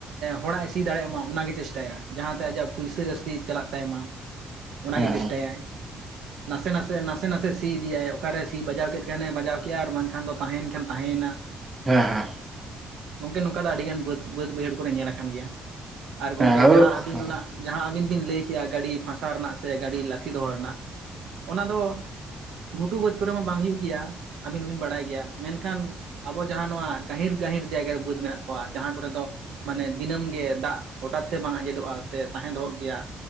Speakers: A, on the right; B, on the right.
A: ᱦᱚᱲᱟᱜ ᱮ ᱥᱤ ᱫᱟᱲᱮᱭᱟᱜ ᱢᱟ ᱚᱱᱟᱜᱮᱭ ᱪᱮᱥᱴᱟᱭᱟ ᱡᱟᱦᱟᱸᱛᱮ ᱟᱡᱟᱜ ᱯᱩᱭᱥᱟᱹ ᱡᱟᱹᱥᱛᱤ ᱪᱟᱞᱟᱜ ᱛᱟᱭᱢᱟ ᱚᱱᱟᱜᱮ
B: ᱦᱮᱸ
A: ᱪᱮᱥᱴᱟᱭᱟᱭ, ᱱᱟᱥᱮ ᱱᱟᱥᱮ ᱱᱟᱥᱮ ᱱᱟᱥᱮ ᱥᱤ ᱤᱫᱤᱭᱟᱭ ᱚᱠᱟᱨᱮ ᱥᱤ ᱵᱟᱡᱟᱣ ᱠᱮᱫ ᱠᱷᱟᱱᱮ ᱵᱟᱡᱟᱣ ᱠᱮᱫᱼᱟ ᱟᱨ ᱵᱟᱝᱠᱷᱟᱱ ᱫᱚ ᱛᱟᱦᱮᱭᱮᱱ ᱠᱷᱟᱱ ᱛᱟᱦᱮᱸ ᱭᱮᱱᱟ,
B: ᱦᱮᱸ ᱦᱮᱸ,
A: ᱜᱚᱝᱠᱮ ᱱᱚᱝᱠᱟ ᱫᱚ ᱟᱹᱰᱤ ᱜᱟᱱ ᱵᱟᱹᱫᱽ ᱵᱟᱹᱫᱽ ᱵᱟᱹᱭᱦᱟᱹᱲ ᱠᱚᱨᱮ ᱧᱮᱞ ᱟᱠᱟᱱ ᱜᱮᱭᱟ, ᱟᱨ ᱜᱚᱝᱠᱮ
B: ᱦᱮᱸ ᱦᱮᱸ ᱦᱮᱸ ᱟᱫᱚ
A: ᱡᱟᱦᱟᱸ ᱟᱹᱵᱤᱱ
B: ᱦᱮᱸ
A: ᱚᱱᱟ ᱡᱟᱦᱟᱸ ᱟᱹᱵᱤᱱ ᱵᱤᱱ ᱞᱟᱹᱭ ᱠᱮᱜᱼᱟ ᱜᱟᱹᱰᱤ ᱯᱷᱟᱥᱟᱣ ᱨᱮᱱᱟᱜ ᱥᱮ ᱜᱟᱹᱰᱤ ᱞᱟᱹᱛᱷᱤ ᱫᱚᱦᱚ ᱨᱮᱱᱟᱜ, ᱚᱱᱟ ᱫᱚ ᱜᱷᱩᱴᱩ ᱵᱟᱹᱫᱽ ᱠᱚᱨᱮ ᱦᱚᱸ ᱵᱟᱝ ᱦᱩᱭᱩᱜ ᱜᱮᱭᱟ ᱟᱹᱵᱤᱱ ᱵᱤᱱ ᱵᱟᱲᱟᱭ ᱜᱮᱭᱟ ᱢᱮᱱᱠᱷᱟᱱ ᱟᱵᱚ ᱡᱟᱦᱟᱸ ᱱᱚᱣᱟ ᱜᱟᱹᱦᱤᱨ ᱜᱟᱹᱦᱤᱨ ᱡᱟᱭᱜᱟ ᱨᱮ ᱵᱟᱹᱫᱽ ᱢᱮᱱᱟᱜ ᱠᱚᱣᱟ ᱡᱟᱦᱟᱸ ᱠᱚᱨᱮ ᱫᱚ ᱢᱟᱱᱮ ᱫᱤᱱᱟᱹᱢ ᱜᱮ ᱫᱟᱜ ᱦᱚᱴᱟᱛ ᱛᱮ ᱵᱟᱝ ᱟᱸᱡᱮᱫᱚᱜᱼᱟ ᱥᱮ ᱛᱟᱦᱮᱸ ᱫᱚᱦᱚᱜ ᱜᱮᱭᱟ,